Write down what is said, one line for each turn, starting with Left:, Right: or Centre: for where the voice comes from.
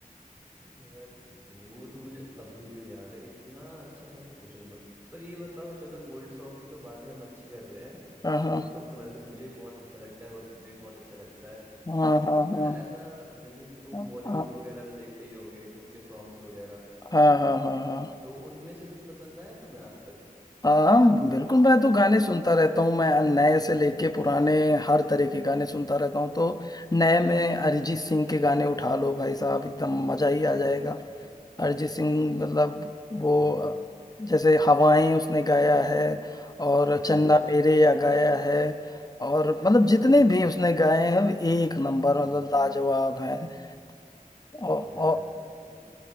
Right: <laughs> यार वो तो मुझे अभी भी याद है इतना अच्छा था ना पूछो मत पर ये बताओ चलो ओल्ड सॉन्ग की तो बातें हम अच्छी कर रहे हैं
Left: हाँ हाँ
Right: ओल्ड सॉन्ग तो वैसे मुझे भी बहुत अच्छा लगता है और तुम्हें भी बहुत अच्छा लगता है
Left: हाँ
Right: तो मुझे
Left: हाँ
Right: ना
Left: हाँ
Right: ऐसा जैसे कि तुम
Left: हाँ
Right: बॉलीवुड
Left: हाँ
Right: वगैरह भी देखते ही होगे उनके सॉन्ग्स वगैरह
Left: हाँ हाँ हाँ हाँ
Right: तो उनमें से कुछ पसंद आया तुम्हें आज तक
Left: हाँ बिल्कुल मैं तो गाने सुनता रहता हूँ मैं नए से लेके
Right: हम्म,
Left: पुराने हर तरह के गाने सुनता
Right: हम्म,
Left: रहता हूँ तो नए में अरिजीत सिंह के गाने उठा लो भाई साहब एकदम मजा ही
Right: क्या
Left: आ जाएगा
Right: बात है
Left: अरिजीत
Right: <laughs>
Left: सिंह मतलब वो
Right: हम्म
Left: अ, जैसे हवाएं उसने गाया है और चन्ना
Right: हाँ
Left: मेरे या गाया है और मतलब जितने
Right: अरे
Left: भी उसने गाए हैं एक नंबर
Right: हम्म
Left: मतलब लाजवाब हैं
Right: <laughs>
Left: और,
Right: यार
Left: और
Right: अर-